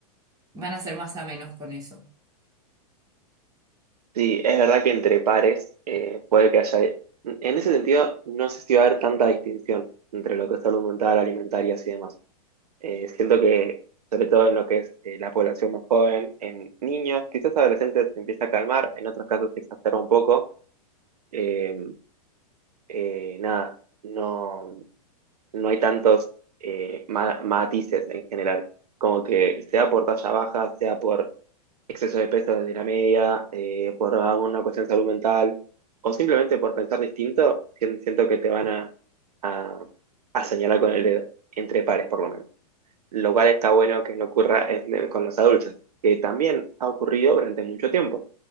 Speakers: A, on the right (about 20°); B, on the right (about 90°).
A: van a ser más amenos con eso.
B: Sí, es verdad que entre pares eh, puede que haya... En ese sentido, no sé si va a haber tanta distinción entre lo que es salud mental, alimentaria y demás. Eh, siento que, sobre todo en lo que es eh, la población más joven, en niños, quizás adolescentes se empieza a calmar, en otros casos se exacerba un poco. Eh, eh, nada, no, no hay tantos eh, ma- matices en general. Como que sea por talla baja, sea por exceso de peso desde la media, eh, por alguna cuestión de salud mental, o simplemente por pensar distinto, sien- siento que te van a, a, a señalar con el dedo, entre pares por lo menos lo cual está bueno que no ocurra en- con los adultos, que también ha ocurrido durante mucho tiempo.